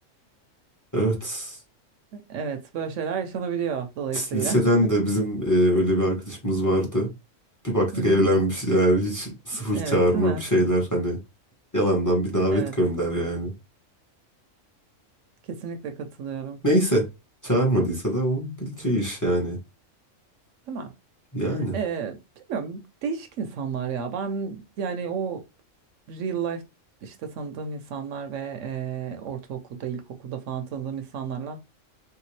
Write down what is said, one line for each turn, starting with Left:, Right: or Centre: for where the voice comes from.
Left: Evet.
Right: Evet, böyle şeyler yaşanabiliyor dolayısıyla.
Left: Liseden de bizim e, öyle bir arkadaşımız vardı. Bir baktık
Right: <laughs> Hı hı.
Left: evlenmiş yani hiç sıfır
Right: Evet,
Left: çağırma
Right: değil mi?
Left: bir şeyler hani yalandan bir davet
Right: Evet,
Left: gönder yani.
Right: kesinlikle katılıyorum.
Left: Neyse çağırmadıysa da o bileceği iş yani.
Right: Değil mi?
Left: Yani
Right: Ee, bilmiyorum, değişik insanlar ya. Ben yani o real life işte tanıdığım insanlar ve e, ortaokulda, ilkokulda falan tanıdığım insanlarla